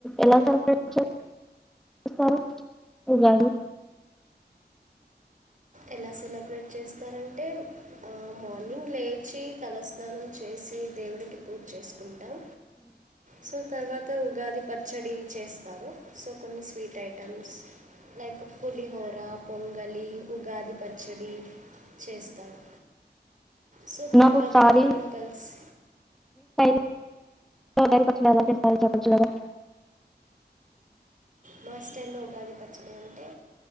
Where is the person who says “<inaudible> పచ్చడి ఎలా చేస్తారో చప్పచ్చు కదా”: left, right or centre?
Centre